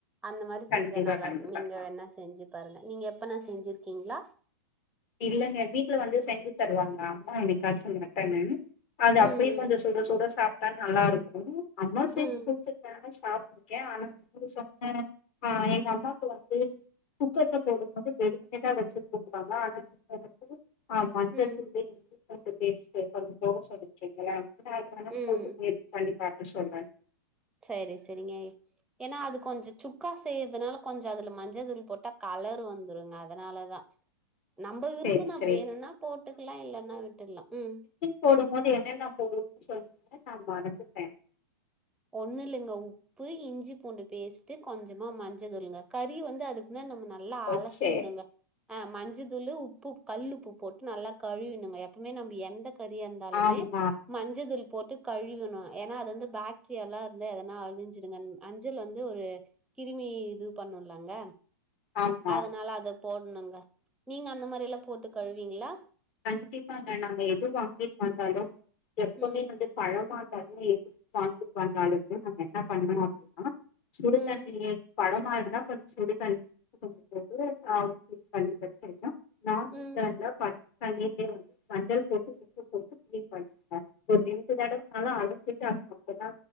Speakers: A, in the centre; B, on the left.
A: அந்த மாரி செஞ்சா
B: கண்டிப்பா
A: நல்லா
B: கண்டிப்பா
A: இருக்கு நீங்க வேணா செஞ்சு பாருங்க நீங்க எப்னா செஞ்சிருக்கீங்களா
B: இல்லேங்க வீட்டில வந்து செஞ்சு தருவாங்க அம்மா என்னைக்காச்சு மட்டன்னு அது அப்டியே
A: ம்
B: கொஞ்ச சுட சுட சாப்ட்டா நல்லா இருக்கு அம்மா செஞ்சி
A: ம் ம்
B: கொடுத நானு சாப்டுருகே ஆனா சொன்ன ஆ எங்க அம்மாக்கு வந்து குக்கர்ல போடும்போது வெளியதா வச்சி போடு வாங்க ஆனா ந்து ஆஹ் மஞ்சத்துல்
A: ம்
B: கொஞ்சோ பேஸ்ட்டு கொஞ்சோ போட சொல்லிடிங்களே <unintelligible> அத வேன
A: ம்
B: போட்டு முயற்சி பண்ணி பாக்க சொல்றே
A: சேரி சேரிங்க ஏன்னா அது கொஞ்சோ சுக்கா செய்யறதுனால கொஞ்சோ அதல மஞ்ச தூள் போட்டா கலர் வந்துருங்க அதனால தா
B: <inaudible>
A: நம்ம விருப்பதா
B: சேரி சேரி
A: வேணும்னா போட்டுகலா இல்லேன்னா விட்டுலா ம்
B: போடும் போது என்னய தா போடு சொன்னீங்கன்னு நா மறந்துடே
A: ஒண்ணுல்லைங்க உப்பு இஞ்சி பூண்டு பேஸ்ட்ட் கொஞ்சமா மஞ்சதூலுங்க கறி வந்து அதுக் மே நம்ம நல்லா
B: ஓ
A: அலசின்னுங்க
B: சேர்
A: ஆ மஞ்ச தூளு உப்பு கல்லுப்பு போட்டு நல்லா கழுவினுங்க எப்பமே நம்ம எந்த கறியா இருந்தாலுமே
B: ஆமா
A: மஞ்சதூள் போட்டு கழுவினு ஏனா அது வந்து பேக் டிரியாலா இருந்தா எதனா அழிஞ்சிடுங்க மஞ்சள் வந்து ஒரு கிருமி இது பண்ணும் இல்லங்க
B: ஆமா
A: அதனால அத போடணுங்க நீங்க அந்த மாரி லா போட்டு கழுவீங்கிளா
B: கண்டிபாங்க நாங்க எது வாங்கிட்டு வந்தாலு எப்பமே
A: ம்
B: வந்து பழமா இருந்தாலுமே எதும் வாங்கிட்டு வந்தாலுமே நாங்க என்ன பண்ணணோ அப்டின்னா <unintelligible> சுடுத்தண்ணி
A: ம்
B: பழமா இருந்தா கொஞ்சம் சுடு தண்ணி கொஞ்சம் பச்ச தண்ணி போட்டு ஆ கிளீன் பண்ணி பிரச்சிறனும் நான்வெஜ்ஜா
A: ம்
B: இருந்தா பச்ச தண்ணிலே வந்து மஞ்சள் போட்டு உப்பு போட்டு கிளீன் பண்ணுங்க இப்போ ரெண்டு தடவ நாலும் அலசிட்டு அப்பறந்தா